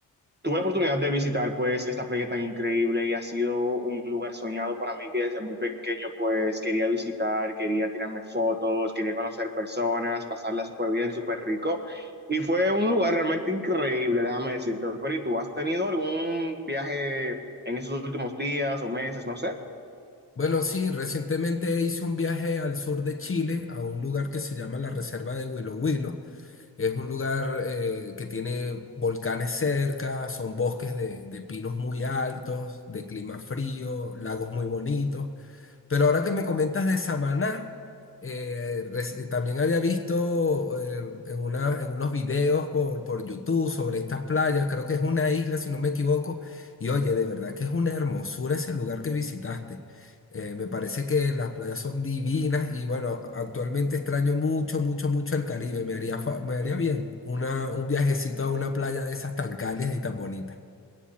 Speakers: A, on the right; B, on the left.
A: Tuve la oportunidad de visitar pues esta playa tan increíble y ha sido un lugar soñado para mí que desde muy pequeño pues quería visitar, quería tirarme fotos, quería conocer personas, pasarla súper bien, súper rico y fue un lugar realmente increíble, déjame decirte. Pero ¿y tú has tenido algún viaje en esos últimos días o meses, no sé?
B: Bueno, sí, recientemente hice un viaje al sur de Chile, a un lugar que se llama la Reserva de Huilo Huilo. Es un lugar eh, que tiene volcanes cerca, son bosques de, de pinos muy altos, de clima frío, lagos muy bonitos. Pero ahora que me comentas de Samaná, eh, reci- también había visto eh, en una, en unos videos por, por YouTube sobre estas playas, creo que es una isla, si no me equivoco, y oye, de verdad que es una hermosura ese lugar que visitaste. Eh, me parece que las playas son divinas y bueno, actualmente extraño mucho, mucho, mucho el Caribe. Me haría, fa- me haría bien una, un viajecito a una playa de esas tan cálidas y tan bonitas.